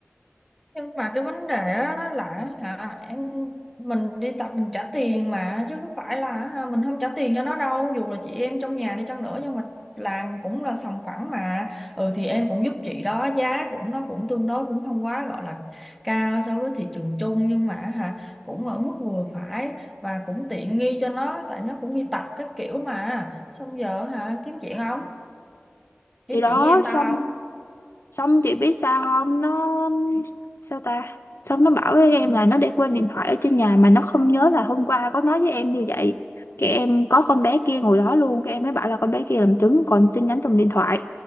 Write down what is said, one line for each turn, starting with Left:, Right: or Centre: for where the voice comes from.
Centre: nhưng mà cái vấn đề á là hả em mình đi tập mình trả tiền mà chứ không phải là hả, mình không trả tiền cho nó đâu dù là chị em trong nhà đi chăng nữa nhưng mà làm cũng là sòng phẳng mà ừ thì em cũng giúp chị đó giá cũng nó cũng tương đối cũng không quá gọi là cao so với thị trường chung nhưng mà hả cũng ở mức vừa phải và cũng tiện nghi cho nó tại nó cũng đi tập các kiểu mà xong giờ hả kiếm chuyện không kiếm
Left: thì đó
Centre: chuyện với em tao
Left: xong
Centre: không
Left: xong chị biết sao không nó sao ta xong nó bảo với em là nó để quên điện thoại ở trên nhà mà nó không nhớ là hôm qua có nói với em như vậy cái em có con bé kia ngồi đó luôn cái em mới bảo là con bé kia làm chứng còn tin nhắn trong điện thoại